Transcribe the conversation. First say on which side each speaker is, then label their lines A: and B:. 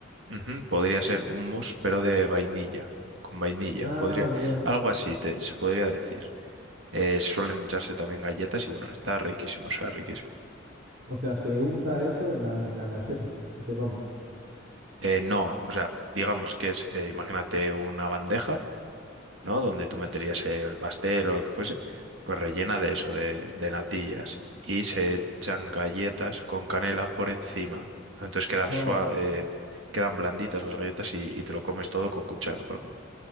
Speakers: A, on the right; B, on the right.
A: Ujú, Podría ser un mousse, pero de vainilla, con vainilla,
B: Ah,
A: podría,
B: bueno,
A: algo así te- se podría decir. Eh, suelen echarse también galletas y bueno, está riquísimo, o sea, riquísimo.
B: o sea, se unta eso en, la- en las galletas y se come.
A: Eh, no, o sea, digamos que es, eh, imagínate una bandeja, ¿no? Donde tú meterías eh, el pastel o lo que fuese, pues rellena de eso, de, de natillas, y se echan galletas con canela por encima. Entonces quedan
B: Oh,
A: sua- eh, quedan blanditas las galletas y, y te lo comes todo con cuchara, por ejemplo.